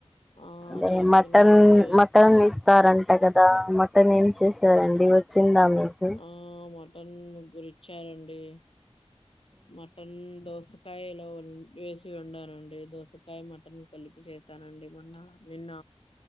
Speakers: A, on the left; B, in the centre.
A: ఆ
B: అదే
A: చేసుకున్నామండి
B: మటన్ మటన్ ఇస్ స్తారంట కదా మటన్ ఏం చేసారండి వచ్చిందా మీకు
A: ఆ మటన్ ముగ్గురిచ్చారండి మటన్ దోస్ సకాయలో వేసి వండానండి దోసకాయ మటన్ కలిపి చేశానండి మొన్న నిన్న